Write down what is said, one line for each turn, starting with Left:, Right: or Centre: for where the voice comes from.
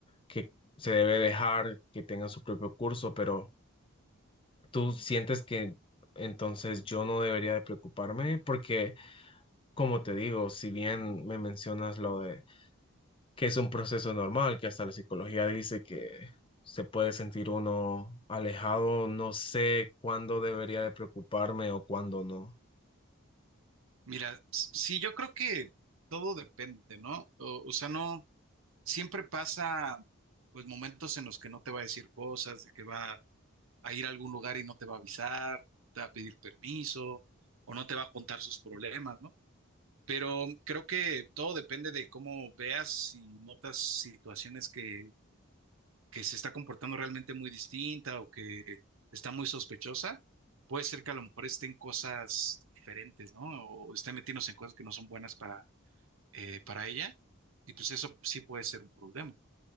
Left: que se debe dejar que tenga su propio curso, pero tú sientes que entonces yo no debería de preocuparme porque, como te digo, si bien me mencionas lo de que es un proceso normal, que hasta la psicología dice que se puede sentir uno alejado, no sé cuándo debería de preocuparme o cuándo no.
Right: Mira, s- sí, yo creo que todo depende, ¿no? O, o sea, no, siempre pasa, pues, momentos en los que no te va a decir cosas, de que va a ir a algún lugar y no te va a avisar, no te va a pedir permiso, o no te va a contar sus problemas, ¿no? Pero creo que todo depende de cómo veas y notas situaciones que, que se está comportando realmente muy distinta o que está muy sospechosa. Puede ser que a lo mejor estén cosas diferentes, ¿no? O estén metiéndose en cosas que no son buenas para eh, para ella, y pues eso sí puede ser un problema.